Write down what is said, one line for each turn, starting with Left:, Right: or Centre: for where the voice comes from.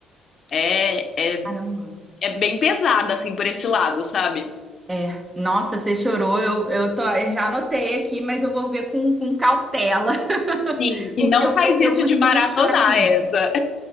Left: é, é,
Right: Caramba.
Left: é bem pesada assim por esse lado, sabe?
Right: É, nossa, você chorou. Eu, eu tô, eu já anotei aqui, mas eu vou ver com, com cautela, <laughs>
Left: Sim. E
Right: porque
Left: não
Right: eu,
Left: faz
Right: co-
Left: isso
Right: eu costumo
Left: de maratonar
Right: chorar muito.
Left: essa.